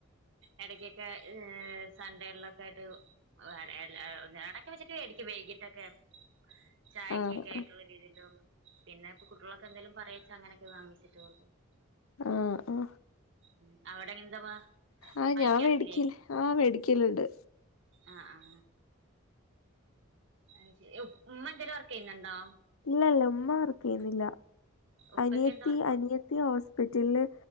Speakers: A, on the right; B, on the left.
A: ഇടക്കൊക്കെ സൺഡേള്ളൊക്കെ ആയിട്ട് <unintelligible> വൈകിട്ടൊക്കെ ചായക്കൊക്കെ
B: ആഹ്
A: ആയിട്ടുള്ള രീതിലും പിന്നെ <unintelligible> എന്തെലും പറച്ചാ അങ്ങനൊക്കെ വാങ്ങിച്ചിട്ട് <unintelligible>
B: ആ ആ
A: ഉം അവിടെ എന്താ
B: ആ
A: വാങ്ങിക്കാറില്ലേ
B: ഞാൻ വേടിക്കല് ആ വേടിക്കലുണ്ട്
A: ആ ആ അഹ് ശരി ഉമ്മ ന്തേലും വർക്ക് ചെയ്യുന്നുണ്ടോ
B: ഇല്ല ഇല്ല ഉമ്മർക്കെയുന്നില്ല
A: ഉപ്പയ്ക്ക്
B: അനിയത്തി
A: എന്താ വർക്ക്
B: അനിയത്തി ഹോസ്പിറ്റല്